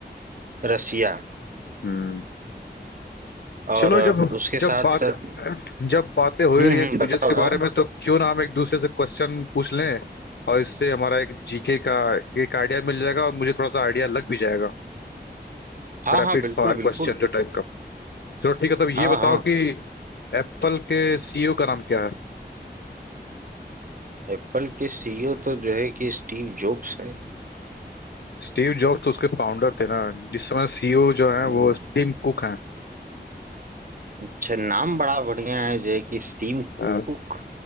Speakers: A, on the right; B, on the left.
A: रसिया
B: हम्म
A: और
B: चलो जब
A: उसके
B: जब
A: साथ
B: बात
A: साथ
B: जब बातें हो
A: हम्म
B: ही रही हैं
A: हम्म
B: क्विजेस
A: बताओ
B: के
A: बताओ
B: बारे में तो क्यों ना हम एक दूसरे से क्वेश्चन पूछ लें और इससे हमारा एक जीके का एक आइडिया मिल जाएगा और मुझे थोड़ा सा आइडिया लग भी जाएगा
A: हाँ
B: रैपिड
A: हाँ बिल्कुल
B: फायर
A: बिल्कुल
B: क्वेश्चन जो टाइप का चलो ठीक है तब ये
A: हाँ
B: बताओ
A: हाँ
B: कि एप्पल के सीईओ का नाम क्या है
A: एप्पल के सीईओ तो जो है कि स्टीव जॉब्स
B: स्टीव जॉब्स तो उसके फाउंडर थे ना जिस समय सीईओ जो है
A: है
B: वो टिम कुक हैं
A: अच्छा नाम बड़ा बढ़िया है जो है कि Steam
B: हाँ।
A: Cook